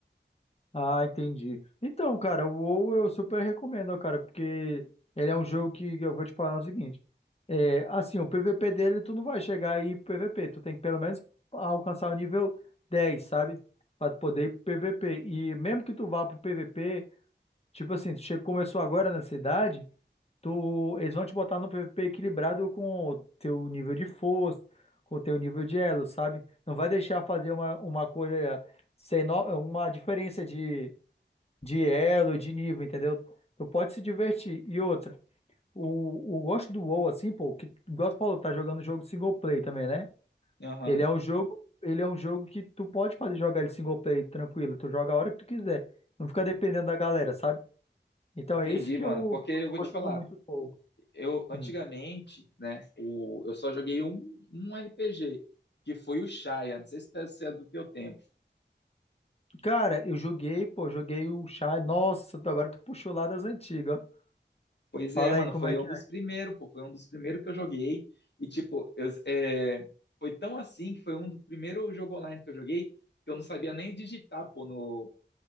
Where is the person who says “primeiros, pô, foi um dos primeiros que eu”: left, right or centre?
Left